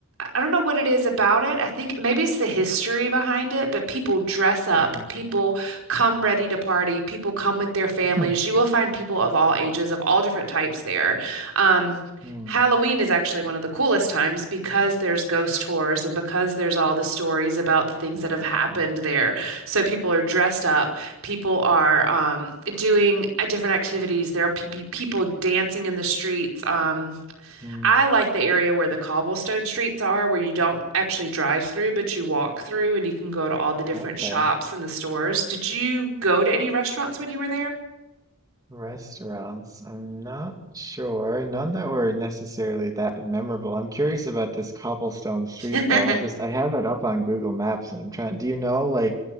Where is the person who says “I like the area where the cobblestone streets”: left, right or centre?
Right